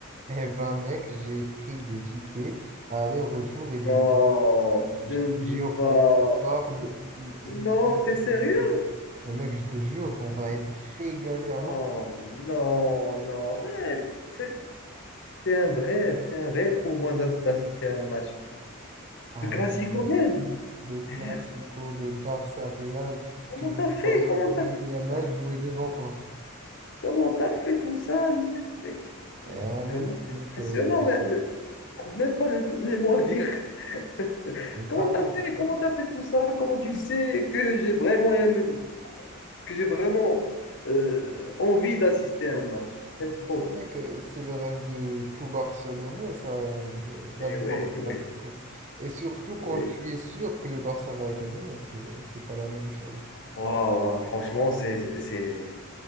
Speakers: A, on the right (about 35°); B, on the left (about 60°).
A: eh ben, mec, j'ai pris des tickets aller-retour et des
B: Non, ne
A: je te
B: me dis
A: jure
B: pas.
A: pour voir le, le,
B: Non,
A: le classico
B: t'es sérieux?
A: du Barça. Et mec, je te jure, on va être régalé à
B: Non,
A: mort.
B: non, non. Mais c'est c'est un rêve, c'est un rêve pour moi d'as- d'assister à un match
A: Ouais,
B: de classico
A: euh,
B: même.
A: le Classico,
B: Merde,
A: le Barça Real,
B: comment
A: tu vas
B: t'as fait?
A: voir Lamine
B: Comment t'as fait tout
A: Yamal
B: ça?
A: jouer devant toi.
B: Comment t'as fait tout ça? Mais, mais-
A: Eh,
B: mais
A: mec,
B: vraiment, c'est
A: mec,
B: impressionnant.
A: euh,
B: Mais, mais je trouve même pas le- les mots à dire. <laughs>
A: le
B: Comment
A: travail,
B: t'as fait?
A: le travail.
B: Comment t'as fait tout ça? Comment tu sais que j'ai vraiment aimé, que j'ai vraiment euh, envie d'assister à un match? Très
A: Tu
B: Franchement.
A: sais, mec, euh, c'est le rêve de tout Barcelonais, ça, de- d'aller
B: Oui,
A: voir le Classico.
B: oui,
A: Et surtout
B: oui.
A: quand tu es sûr que le Barça va gagner, c'est, c'est pas la même chose.
B: Waouh, waouh, franchement, c'est, c'est...